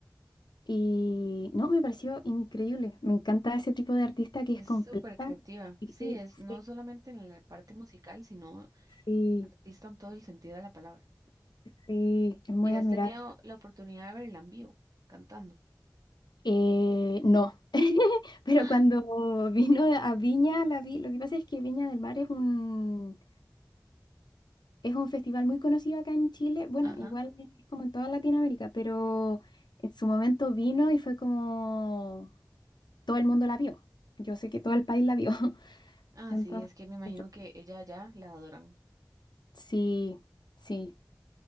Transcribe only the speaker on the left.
Y no, me pareció increíble. Me encanta ese tipo de artista que es
completa.
y
que-
sí,
Sí,
sí, es muy
admirable.
Eh, no, <laughs> pero
cuando vino a Viña, la vi, lo que pasa es que Viña del Mar es un, es un festival muy conocido acá en Chile, bueno,
igual es como en toda Latinoamérica, pero en su momento vino y fue como todo el mundo la vio, yo sé que todo el país la vio, <laughs>
entonces,
eso.
Sí, sí,